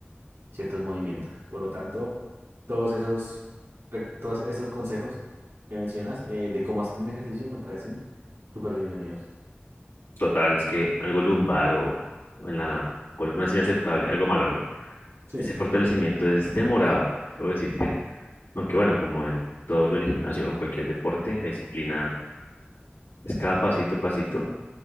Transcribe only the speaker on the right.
ciertos movimientos. Por lo tanto, todos esos, rec- todos esos consejos que mencionas eh, de cómo hacer un ejercicio me parecen súper bienvenidos.
Sí,